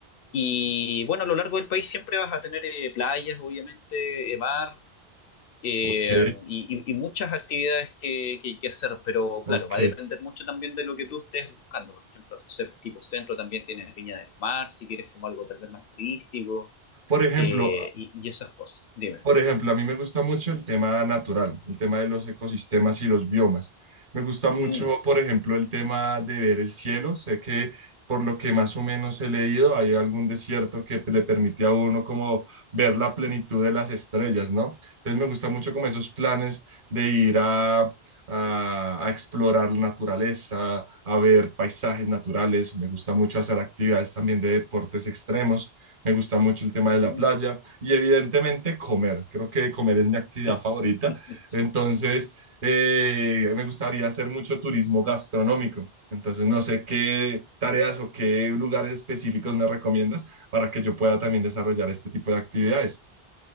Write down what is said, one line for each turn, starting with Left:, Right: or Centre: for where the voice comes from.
Left: Y bueno, a lo largo del país siempre vas a tener eh, playas, obviamente, eh, mar, eh,
Right: ok,
Left: y, y- y muchas actividades que, que, que hacer, pero
Right: ok.
Left: claro, va a depender mucho también de lo que tú estés buscando. Por ejemplo, no sé, tipo centro también tienes Viña del Mar, si quieres como algo tal vez más turístico,
Right: Por ejemplo,
Left: eh, y, y esas cosas. Dime.
Right: por ejemplo, a mí me gusta mucho el tema natural, el tema de los ecosistemas y los biomas. Me gusta mucho,
Left: Mm,
Right: por ejemplo, el tema de ver el cielo. Sé que por lo que más o menos he leído, hay algún desierto que le permite a uno como ver la plenitud de las estrellas, ¿no? Entonces me gusta mucho como esos planes de ir a, a, a explorar la naturaleza, a ver paisajes naturales. Me gusta mucho hacer actividades también de deportes extremos. Me gusta mucho el tema
Left: mm.
Right: de la playa y evidentemente comer. Creo que comer es mi actividad
Left: <laughs>
Right: favorita. Entonces, eh, me gustaría hacer mucho turismo gastronómico. Entonces, no sé qué tareas o qué lugares específicos me recomiendas para que yo pueda también desarrollar este tipo de actividades.